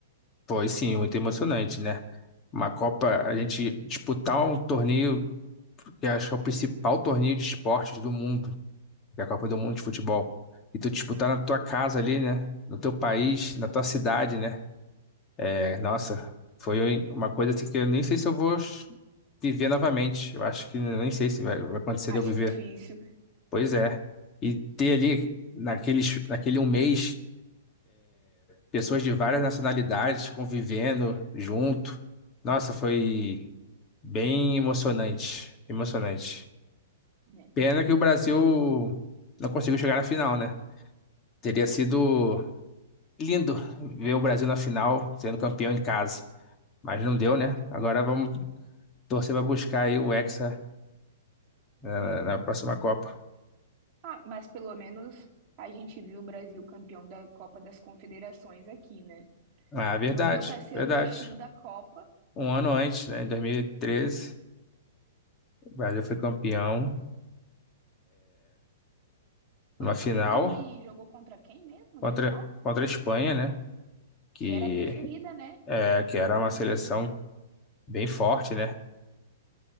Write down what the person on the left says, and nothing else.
Foi sim, muito emocionante, né? Uma Copa, a gente disputar um torneio que acho que é o principal torneio de esportes do mundo, que é a Copa do Mundo de Futebol. E tu disputar na tua casa ali, né? No teu país, na tua cidade, né? É, nossa, foi uma coisa assim que eu nem sei se eu vou viver novamente. Eu acho que nem sei se vai, vai acontecer
de eu viver.
Pois é. E ter ali, naqueles, naquele um mês, pessoas de várias nacionalidades convivendo junto. Nossa, foi bem emocionante, emocionante.
Pena que o Brasil não conseguiu chegar na final, né? Teria sido lindo ver o Brasil na final, sendo campeão em casa. Mas não
deu, né? Agora vamos torcer para buscar aí o Hexa na, na próxima Copa.
Ah, verdade,
verdade.
Um ano antes, né, em 2013, o Brasil foi campeão
numa final
contra,
contra a Espanha, né? que,
é, que era uma seleção bem forte, né?